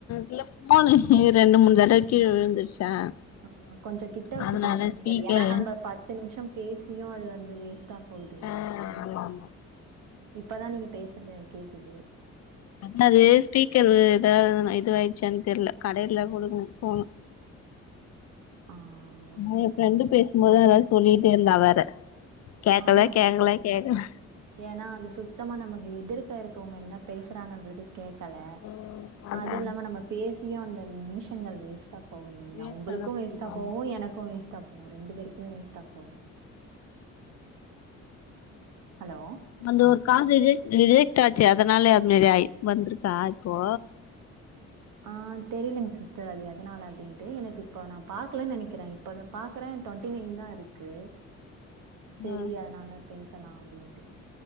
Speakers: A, on the left (about 60°); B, on the right (about 80°).
A: இல்ல ஃபோனு ரெண்டு மூணு தடவ கீழ விழுந்துருச்சா
B: ஆ கொஞ்சோ கிட்ட வச்சி
A: அதனால
B: பேசுங்க சிஸ்டர்
A: ஸ்பீக்கரு
B: ஏன்னா நம்ப பத்து நிமிஷோ பேசியு அது வந்து வேஸ்ட் டா போகுது இல்லைங்களா
A: ஆ
B: அதுக்குதா
A: ஆமா ஆமா
B: இப்பதா நீங்க பேசறது எனக்கு கேக்குது
A: அதா அது ஸ்பீக்கரு எதாவது இதுவாயிடுச்சான் தெர்ல கடைல குடுக்கணு ஃபோன்
B: ஆ ஓகே
A: நா என்
B: ஓகே
A: ஃப்ரண்டு
B: சிஸ்டர்
A: பேசமோதுதா எதா சொல்லிட்டே இருந்தா வேற கேக்கல
B: ஆமா
A: கேக்கல
B: சிஸ்டர்
A: கேக்கல
B: ஏன்னா அது சுத்தமா நமக்கு எதிர்க்க இருக்கவங்க என்ன பேசுறாங்கன்றதே கேக்கல
A: ம் அதா
B: அது இல்லாம நம்ம பேசியு அந்த நிமிஷங்கள் வேஸ்டா போவு இல்லைங்ளா
A: வேஸ்டாதா
B: ஒங்களுக்கும் வேஸ்ட்டா
A: போது ஆமா
B: போவு எனக்கு வேஸ்ட்டா போவு ரெண்டு பேருக்குமே வேஸ்ட்டா போவு ஹலோ
A: அந்த ஒரு காலு ரிஜ ரிஜெக்ட் ஆச்சே அதனால அந்த மேரி ஆயி வந்துருக்கா இப்போ
B: ஆ தெரிலங் சிஸ்டர் அது எதனால அப்டின்ட்டு எனக்கு இப்போ நா பாக்கலன் நெனைக்கிற இப்பதா பாக்கற டொண்ட்டி நைன் தா இருக்கு செரி
A: ம்
B: அதனால பேசலா அப்டின்ட்டு